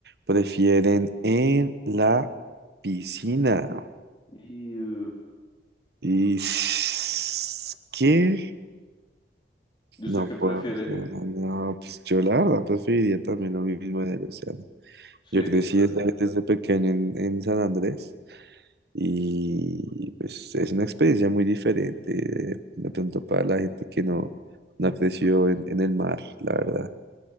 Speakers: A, on the right; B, on the left.
A: prefieren en la piscina.
B: Y uh,
A: ¿Y s- qué?
B: yo
A: No
B: sé que prefiere.
A: puedo. No, no, pues yo la verdad preferiría también lo mismo en el océano.
B: Sí,
A: Yo crecí
B: total.
A: desde, desde pequeño en, en San Andrés. Y pues es una experiencia muy diferente, de pronto para la gente que no, no creció en, en el mar, la verdad,